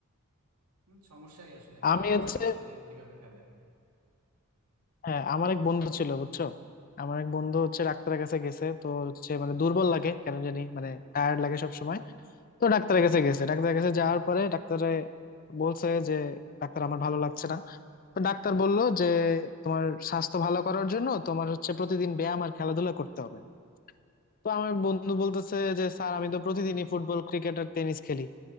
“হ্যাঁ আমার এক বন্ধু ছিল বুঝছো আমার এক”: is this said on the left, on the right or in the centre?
Left